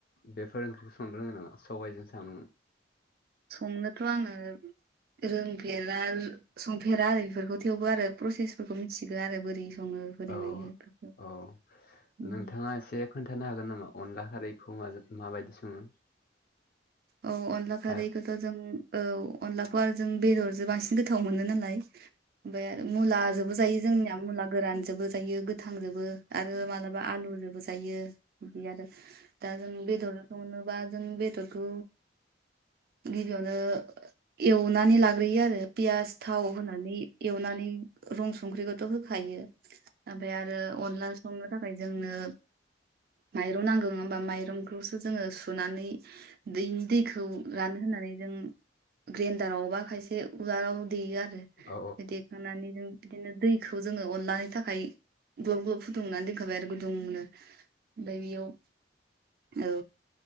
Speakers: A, on the left; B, on the right.
A: बेफोर ओंख्रिखौ संनो रोङो नामा सबायाइजों सामजों
B: संनोथ' आङो रोंफेरा संफेरा आरो बेफोरखौ थेवबो आरो प्रसेसफोरखौ मिथिगौ आरो बोरै सङो बोरै
A: औ
B: मायो बेफोरखौ
A: औ
B: उम।
A: नोंथाङा एसे खोन्थानो हागोन नामा अनला खारैखौ माजों माबायदि सङो
B: औ अनला खारैखौथ'
A: औ
B: जों औ अनलाखौ आरो जों बेदरजों बांसिन गोथाव मोनो नालाय ओमफ्राय मुला जोंबो जायो जोंनिया मुला गोरान जोंबो जायो गोथाव थाजोंबो आरो मालाबा आलुजोंबो जायो बिदिनो आरो दा जों बेदर बा जों बेदर बेखौ गिबियावनो एवनानै लाग्रोयो आरो पियास थाव होनानै एवनानै रं संख्रिखौथ' होखायो ओमफ्राय आरो अनला संनो थाखाय जोंनो माइरं नांगौ होमबा माइरंखौसो जोङो सुनानै बेनि दैखौ रानो होननानै जों ग्रेन्दाराव बा खायसे उवालाव देयो आरो
A: औ
B: बेनिफ्राय देखांनानै जों बिदिनो दै जोङो अनलानि थाखाय ग्लब ग्लब फुदुंनानै दोनखाबाय आरो गुदुंनो दैयाव औ